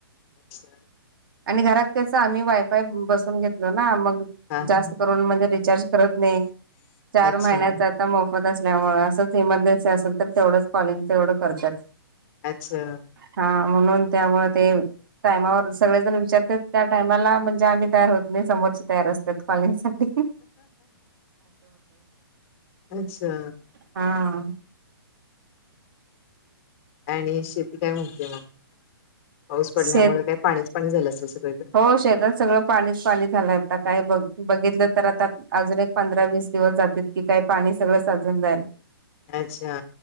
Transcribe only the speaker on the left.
अच्छा
हा हा
हा.
अच्छा
अच्छा.
अच्छा.
आणि शेती काय म्हणते मग पाऊस पडल्यामुळे
काय पाणीच, पाणी झालं अस सगळीकळ?
अच्छा.